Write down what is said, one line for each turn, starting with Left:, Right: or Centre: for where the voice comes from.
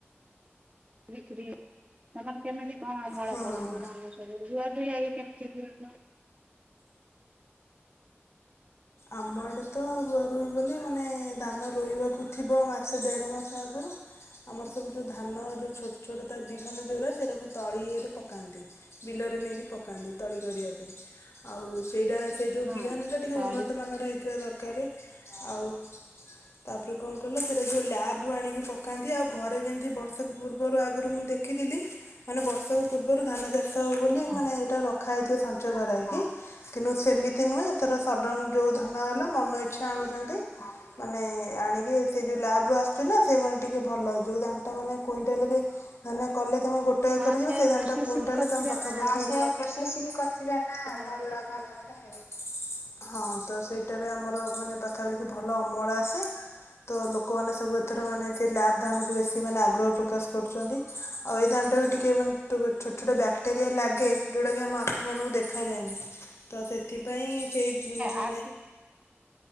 Right: ବିକ୍ରି ତମର କେମି ହଁ ଅମଳ
Left: ହଁ
Right: କରନ୍ତି ଧାନ ସବୁୁ <inaudible>
Left: ଆମରେ ତ ରୁଆ ରୁହି ବୋଲି ମାନେ ଧାନ ରୋଇବାକୁ ଥିବ ମାସେ ଦେଢ଼ ମାସ ଆଗରୁ ଆମର ସବୁ ଯୋଉ ଧାନ ଯୋଉ ଛୋଟ ଛୋଟ ତା ବିହନ ଯୋଉରାା ସେଟାକୁ ତଳିରେ ପକାନ୍ତି ବିଲରେ ନେଇକି ପକାନ୍ତି ତଳି କରିବା ପାଇଁ ଆଉ ସେଇଟା ସେଇ ଯୋଉ
Right: ହଁ
Left: ବିହାନ ଟା ଟିକେ
Right: ତଳି
Left: ଉନ୍ନତି ଦର ଆଉ ତାପରେ କଣ କ ସେଟାଉଁ ଲବୁ ଆଣି ପକାନ୍ତି ଆଉ ଘରେ ଯେମ ବର୍ଷ ପୂବରୁ ଆଗରୁ ମୁଁ ଦେଖିଥିଲି ମାନେ ବର୍ଷକ ପୂର୍ବରୁ ଧାନ ଚାଷ ବୋଲି
Right: ହଁ
Left: ମାନେ ଏଟା ରାଥିବ ସଞ୍ଚ କରକି କିନ୍ତୁ ସେମି ନୁହଁର ଯୋଉ ଧନ ହେଲା ମନଇ ଛା ଆଣୁଛନ୍ତି ମାନେ ଆଣିକି ସେ ଯୋଉ ଲାବ୍ ରୁ ଆସୁଛି ନା ସେମାନେ ଟିକେ ଭଲ ଯୋଉ ଧାନ ଟା ମାନେ କୁଇଂଟାଲ। ମାନେ କଲେ ତମ ଗୋଟେ ଏକର
Right: ହଁ ସେ
Left: ଯିବ ସେଇ
Right: ପ୍ରୋସେସିଂ
Left: ଧାନ ଟା କୁଇଣ୍ଟାଲ
Right: କରିଥିବେ
Left: ତମ ପାଖାପାଖି
Right: ନା ଭଲ
Left: ଟା ନା
Right: ଧାନ
Left: ଭଲ ଧାନ ବି ହେଉଛି। ହଁ। ତ ସେଇଟାରେ ଆମର ମାନେ ପାଖାପାଖି ଭଲ ଅମଳ ଆସେ ତ ଲୋକମାନେ ସବୁ ଏଥର ମାନେ ସେ ଲାଭ୍ ଧାନକୁ ବେଶୀ ମାନେ ଆଗ୍ରହ ପ୍ରକାଶ କରୁଛନ୍ତି ଆଉ ଏଇ ଧାନଟା ବି ଟିକେ ମାନେ ଛୋଟ ଛୋଟ ବ୍ୟାକ୍ଟେରିଆ ଲାଗେ ଯେଉଁଟାକି ଆମ ଆଖିମାନଙ୍କୁ ଦେଖାଯାଏନି ତ ସେଥିପା ପାଇଁ ସେଇ ଉଁ
Right: ଆ କୁ